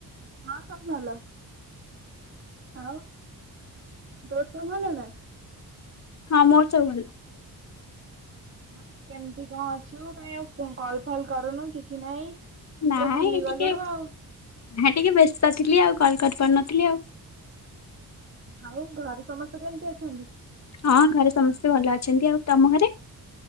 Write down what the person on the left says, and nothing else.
ହଁ ମୋର ସବୁ ଭଲ।
ନାଇଁ
ଏଇ
ଟିକେ
ନା ଟିକେ ବ୍ୟସ୍ତ ଥିଲି ଆଉ, କଲ୍ କରିପାରୁନଥିଲି ଆଉ।
ହଁ ଘରେ ସମସ୍ତେ ଭଲ ଅଛନ୍ତି ଆଉ। ତୋମ ଘରେ?